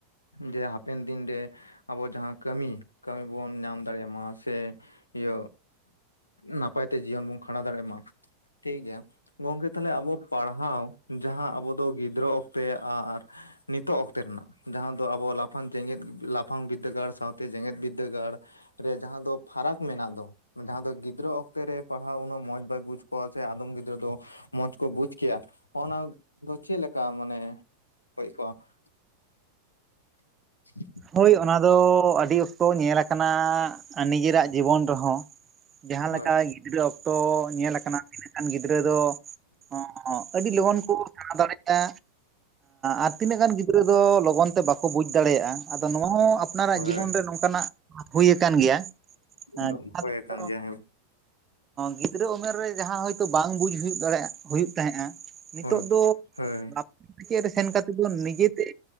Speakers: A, on the left; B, on the right.
A: ᱡᱮ ᱦᱟᱯᱮᱱ ᱫᱤᱱᱨᱮ ᱟᱵᱚ ᱡᱟᱦᱟᱸ ᱠᱟᱹᱢᱤ ᱠᱟᱹᱢᱤ ᱵᱚᱱ ᱧᱟᱢ ᱫᱟᱲᱮᱭᱟᱜ ᱢᱟ ᱥᱮ ᱤᱭᱟᱹ ᱱᱟᱯᱟᱭ ᱛᱮ ᱡᱤᱭᱚᱱ ᱵᱚᱱ ᱠᱷᱟᱸᱰᱟᱣ ᱫᱟᱲᱮᱜ ᱢᱟ ᱴᱷᱤᱠ ᱜᱮᱭᱟ ᱜᱚᱝᱠᱮ ᱛᱟᱦᱞᱮ ᱟᱵᱚ ᱯᱟᱲᱦᱟᱣ ᱡᱟᱦᱟᱸ ᱟᱵᱚ ᱫᱚ ᱜᱤᱫᱽᱨᱟᱹ ᱚᱠᱛᱮ ᱟᱨ ᱱᱤᱛᱚᱜ ᱚᱠᱛᱚ ᱨᱮᱱᱟᱜ ᱡᱟᱦᱟᱸ ᱫᱚ ᱟᱵᱚ ᱞᱟᱯᱷᱟᱝ ᱡᱮᱜᱮᱫ ᱞᱟᱯᱷᱟᱝ ᱵᱤᱫᱽᱫᱟᱹᱜᱟᱲ ᱥᱟᱶᱛᱮ ᱡᱮᱜᱮᱛ ᱵᱤᱫᱽᱫᱟᱹᱜᱟᱲ ᱨᱮ ᱡᱟᱦᱟᱸ ᱫᱚ ᱯᱷᱟᱨᱟᱠ ᱢᱮᱱᱟᱜ ᱫᱚ ᱡᱟᱦᱟᱸ ᱫᱚ ᱜᱤᱫᱽᱨᱟᱹ ᱚᱠᱛᱮ ᱨᱮ ᱯᱟᱲᱦᱟᱣ ᱩᱱᱟᱹᱜ ᱢᱚᱸᱡᱽ ᱵᱟᱭ ᱵᱩᱡᱽ ᱠᱚᱣᱟ ᱥᱮ ᱟᱫᱚᱢ ᱜᱤᱫᱽᱨᱟᱹ ᱫᱚ ᱢᱚᱸᱡᱽ ᱠᱚ ᱵᱩᱡᱽ ᱠᱮᱭᱟ ᱦᱚᱜᱱᱟ ᱫᱚ ᱪᱮᱫ ᱞᱮᱠᱟ ᱢᱟᱱᱮ <unintelligible>
B: ᱦᱳᱭ ᱚᱱᱟ ᱫᱚ ᱟᱹᱰᱤ ᱚᱠᱛᱚ ᱧᱮᱞ ᱟᱠᱟᱱᱟ ᱱᱤᱡᱮᱨᱟᱜ ᱡᱤᱵᱚᱱ ᱨᱮᱦᱚᱸ ᱡᱟᱦᱟᱸᱞᱮᱠᱟ
A: ᱦᱳᱭ
B: ᱜᱤᱫᱽᱨᱟᱹ ᱚᱠᱛᱚ ᱧᱮᱞ ᱟᱠᱟᱱᱟ. ᱛᱤᱱᱟᱜ ᱜᱟᱱ ᱜᱤᱫᱽᱨᱟᱹ ᱫᱚ ᱦ ᱟᱹᱰᱤ ᱞᱚᱜᱚᱱ ᱠᱚ ᱥᱮᱬᱟ ᱫᱟᱲᱮᱭᱟᱜᱼᱟ ᱟᱨ ᱛᱤᱱᱟᱹᱜ ᱜᱟᱱ ᱜᱤᱫᱽᱨᱟᱹ ᱫᱚ ᱞᱚᱜᱚᱱ ᱛᱮ ᱵᱟᱠᱚ ᱵᱩᱡᱽ ᱫᱟᱲᱮᱭᱟᱜᱼᱟ ᱟᱫᱚ ᱱᱚᱣᱟ ᱟᱯᱱᱟᱨᱟᱜ
A: ᱦᱳᱭ
B: ᱡᱤᱵᱚᱱ
A: ᱦᱳᱭ
B: ᱨᱮ ᱱᱚᱝᱠᱟᱱᱟᱜ ᱦᱩᱭᱩ ᱟᱠᱟᱱ ᱜᱮᱭᱟ ᱡᱟᱦᱟᱸ
A: ᱫᱚᱢ ᱦᱳᱭ ᱟᱠᱟᱱ
B: ᱫᱚ
A: ᱜᱮᱭᱟ ᱦᱮᱸ
B: ᱜᱤᱫᱽᱨᱟᱹ ᱩᱢᱮᱨ ᱨᱮ ᱡᱟᱦᱟᱸ ᱦᱳᱭᱛᱳ ᱵᱟᱝ ᱵᱩᱡᱽ ᱦᱩᱭᱩᱜ ᱫᱟᱲᱮᱭᱟᱜ ᱦᱩᱭᱩᱜ ᱛᱟᱦᱮᱸᱜᱼᱟ ᱱᱤᱛᱚᱜ
A: ᱦᱳᱭ
B: ᱫᱚ
A: ᱦᱳᱭ
B: ᱞᱟᱯ <unintelligible> ᱥᱟᱪᱮᱫ ᱨᱮ ᱥᱮᱱᱛ ᱫᱚ ᱱᱤᱡᱮᱛᱮ